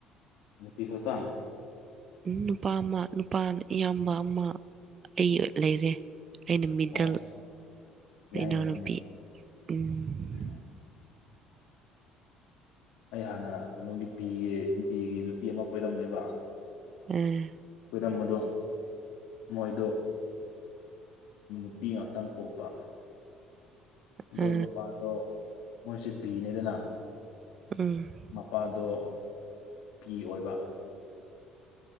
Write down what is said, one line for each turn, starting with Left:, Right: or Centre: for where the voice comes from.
Left: ꯅꯨꯄꯤ ꯈ ꯇ
Right: ꯅꯨꯄꯥ ꯑꯃ ꯅꯨꯄꯥ ꯏꯌꯥꯝꯕ ꯑꯃ ꯑꯩ ꯂꯩꯔꯦ ꯑꯩꯅ ꯃꯤꯗꯜ
Left: ꯑꯣ ꯌꯥꯏꯃꯅꯤꯅꯦ
Right: ꯏꯅꯥꯎꯅꯨꯄꯤ ꯎꯝ
Left: ꯎꯝ ꯑꯩ ꯍꯥꯟꯅ ꯀꯩꯅꯣꯒꯤ ꯕꯤꯒꯤ ꯕꯤꯒꯤ ꯅꯨꯄꯤ ꯑꯃ ꯀꯣꯏꯔꯝꯃꯦꯕ
Right: ꯎꯝ
Left: ꯈꯨꯈꯗꯝ ꯑꯗꯣ ꯃꯣꯏꯗꯣ ꯅꯨꯄꯤ ꯉꯥꯛꯇꯪ ꯄꯣꯛꯄ ꯑꯗꯣ
Right: ꯑ
Left: ꯃꯄꯥꯗꯣ ꯃꯣꯏꯁꯦ ꯕꯤꯅꯦꯗꯅ
Right: ꯎꯝ
Left: ꯃꯄꯥꯗꯣ ꯐꯤ ꯑꯣꯏꯕ